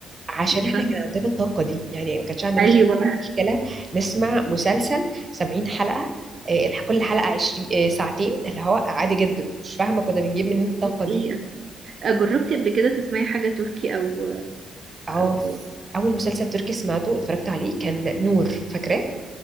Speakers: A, on the right; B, on the right.
A: عشان
B: انت فاهمه
A: احنا كان عندنا الطاقة دي يعني ما كانش عندي
B: ايوه
A: مش... عندنا مشكلة نسمع مسلسل 70 حلقة آه، الح- كل حلقة 20 آه، ساعتين اللي هو عادي جدا مش فاهمة كنا بنجيب منين الطاقة
B: دي حقيقة
A: دي
B: جربتي قبل كده تسمعي حاجة تركي أو
A: اه
B: أو
A: بس أول مسلسل تركي سمعته اتفرجت عليه كان نور فاكراه